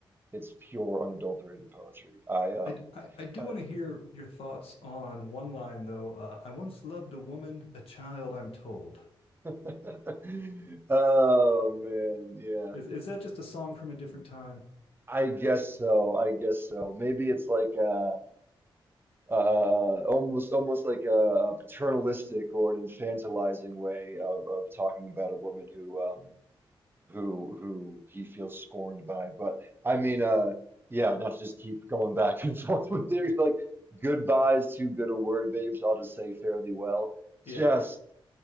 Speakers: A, on the right; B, on the left.
A: it's pure, unadulterated poetry. I, um,
B: I, I, I do
A: uh,
B: want to hear your thoughts on one line, though. Uh, I once loved a woman, a child, I'm told.
A: <laughs> oh man, yeah.
B: Is, is that just a song from a different time?
A: I guess so. I guess so. Maybe it's like uh uh, almost, almost like a, a paternalistic or an infantilizing way of, of talking about a woman who, um, who who he feels scorned by. But I mean, uh, yeah, not to just keep going back and <laughs> forth with lyrics like goodbye's too good a word, babes. I'll just say fairly well.
B: Yeah.
A: Just